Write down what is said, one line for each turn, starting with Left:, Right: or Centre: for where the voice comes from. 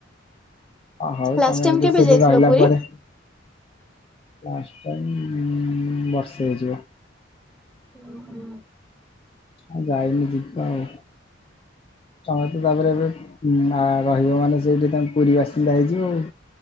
Left: ହଁ ହଉ
Centre: ଲାଷ୍ଟ
Left: ତମେ
Centre: ଟାଇମ
Left: ଏଠି
Centre: କେବେ
Left: <unintelligible>
Centre: ଯାଇଥିଲ
Left: ସେ ରହିଲା
Centre: ପୁରୀ?
Left: ପରେ ଲାଷ୍ଟ ଟାଇମ ବର୍ଷେ ହେଇଯିବ
Centre: ହୁଁ ହୁଁ।
Left: ଆଉ ଯାଇନି ଦିବା ଆଉ ତମେ ତ ତାପରେ ଏବେ ରହିବ ମାନେ ସେଇଠି ତମେ ପୁରୀ ବାସିନ୍ଦା ହେଇଯିବ ଆଉ